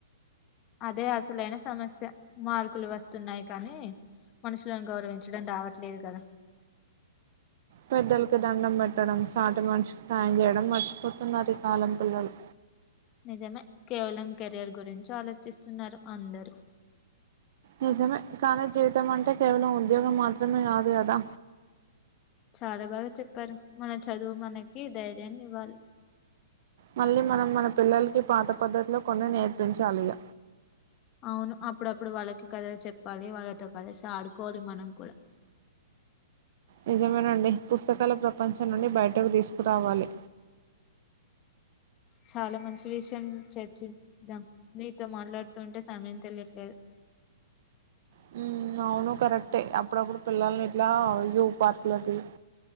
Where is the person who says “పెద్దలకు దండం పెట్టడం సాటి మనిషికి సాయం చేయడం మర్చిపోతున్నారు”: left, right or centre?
Right